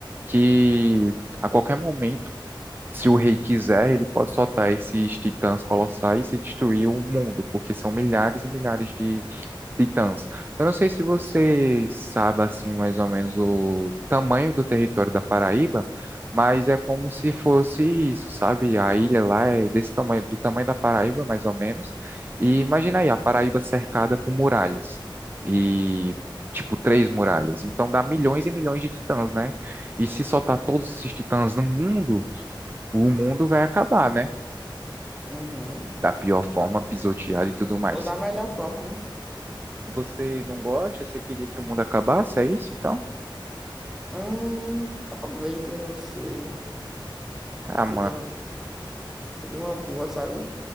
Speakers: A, on the right; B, in the centre.
A: que a qualquer momento, se o rei quiser, ele pode soltar esses titãs colossais e destruir o mundo, porque são milhares e milhares de Titãs. Eu não sei se você sabe assim mais ou menos o tamanho do território da Paraíba, mas é como se fosse isso, sabe? A ilha lá é desse tamanho, do tamanho da Paraíba, mais ou menos. E imagina aí, a Paraíba cercada por muralhas. E tipo três muralhas. Então dá milhões e milhões de titãs, né? E se soltar todos esses titãs no mundo, o mundo vai acabar, né?
B: Uhum.
A: Da pior forma, pisoteado e tudo mais.
B: Ou da melhor forma, né?
A: Você não gosta? Você queria que o mundo acabasse? É isso, então?
B: Hum, talvez, eu não sei.
A: Ah,
B: Seria,
A: mano,
B: seria uma boa, sabe?